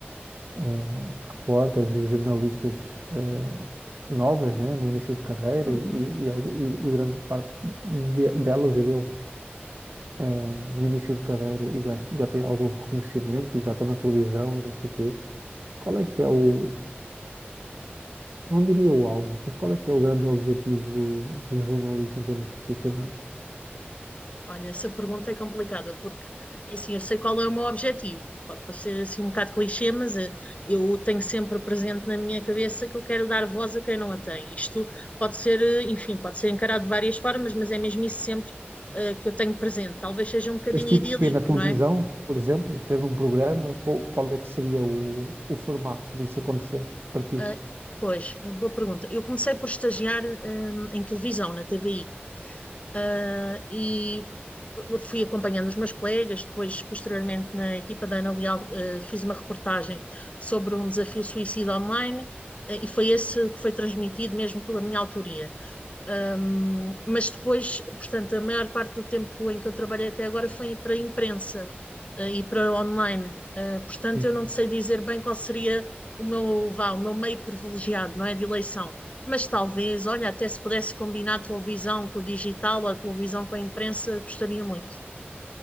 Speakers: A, on the right; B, on the left.
A: eh, repórteres e jornalistas eh, novas, né, no início de carreira
B: Uhum.
A: e, e, e algu- e- e grande parte de- delas e deles eh, no início de carreira e já, já tem algum reconhecimento e já estão na televisão e não sei quê. Qual é que é o, não diria o auge, mas qual é que é o grande objetivo do- de um jornalista em termos profissionais?
B: Olha, essa pergunta é complicada, porque é assim, eu sei qual é o meu objetivo. Pode parecer assim um bocado clichê, mas eh, eu tenho sempre presente na minha cabeça que eu quero dar voz a quem não a tem. Isto pode ser, eh, enfim, pode ser encarado de várias formas, mas é mesmo isso sempre eh, que eu tenho presente. Talvez seja um bocadinho
A: Mas tipo
B: idílico,
A: que na televisão,
B: não é?
A: por exemplo, tendo um programa, qual, qual é que seria o, o formato disso acontecer para ti?
B: Ah, pois, eh, boa pergunta. Eu comecei por estagiar, hum, em televisão, na TVI. ah, e fui acompanhando os meus colegas, depois, posteriormente, na equipa da Ana Leal, eh, fiz uma reportagem sobre um desafio suicida online, eh, e foi esse que foi transmitido mesmo com a minha autoria. Um, mas depois, portanto, a maior parte do tempo em que eu trabalhei até agora foi para a imprensa uh, e para online. Uh, portanto,
A: Sim.
B: eu não sei dizer bem qual seria o meu, vá, o meu meio privilegiado, não é, de eleição. Mas talvez, olha, até se pudesse combinar a televisão com o digital ou a televisão com a imprensa, gostaria muito.